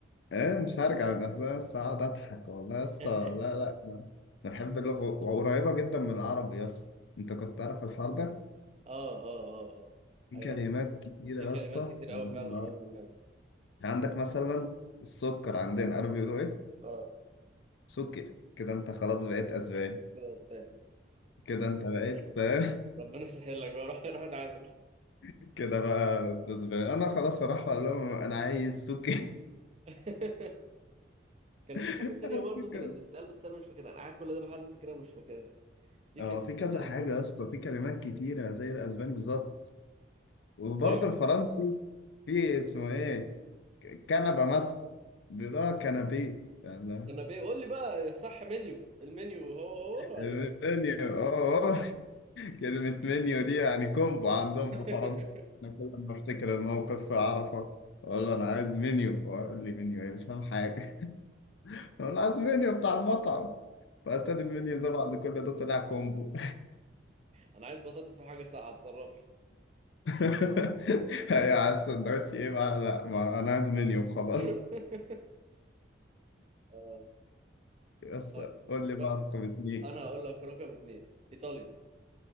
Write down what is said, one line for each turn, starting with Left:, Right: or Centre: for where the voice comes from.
Left: ايه مش هرجع لنفسها بس اقعد اضحك والله يا
Right: <laughs>
Left: اسطى لا لا انا أنا بحب اللغه وقريبه جدا من العربي يا اسطى انت كنت تعرف الحوار ده
Right: اه اه اه اه
Left: في
Right: ايوه
Left: كلمات
Right: انا
Left: كتيره
Right: في كلمات
Left: يا اسطى
Right: كتير
Left: قريبه
Right: قوي فعلا
Left: من العربي
Right: قريبه مننا
Left: يعني عندك مثلا السكر عندنا عارف بيقولوا ايه
Right: اه
Left: سكر كده انت خلاص بقيت اسباني
Right: بس كده اسباني
Left: كده انت بقيت
Right: <laughs>
Left: فاهم
Right: ربنا يسهل لك بقى روح روح اتعامل
Left: <laughs> كده بقى اسباني انا خلاص اروح اقول لهم انا عايز سكر
Right: <laughs> كان في
Left: <laughs>
Right: حاجه تانيه برضو كانت بتتقال بس انا مش فاكرها انا قاعد كل ده بحاول افتكرها مش فاكرها في
Left: اه
Right: كلمه
Left: في كذا
Right: تانيه
Left: حاجه
Right: كده
Left: يا اسطى في كلمات كتيره زي الاسباني بالظبط وبرضه
Right: ايوه
Left: الفرنسي في اسمه ايه كنبه مثلا بيقول اه كنبيه يعني
Right: جنابيه قول لي بقى صح منيو المنيو هو هو
Left: المنيو
Right: ولا
Left: اه اه كلمة منيو دي يعني كومبو عندهم
Right: <laughs>
Left: في فرنسا أنا كل ما أفتكر الموقف في عرفة أقول له أنا عايز منيو وأقول لي منيو إيه مش فاهم حاجة <laughs> أقول له عايز منيو بتاع المطعم فأتاري المنيو ده بعد كل ده طلع كومبو
Right: انا عايز بطاطس وحاجه ساقعه اتصرف
Left: <laughs> يا عايز سندوتش إيه بقى لا ما أنا عايز منيو خلاص
Right: لي <laughs> آه،
Left: يس
Right: طيب
Left: قول لي بقى
Right: رق-
Left: رقم اتنين
Right: انا هقول لك رقم اثنين ايطاليا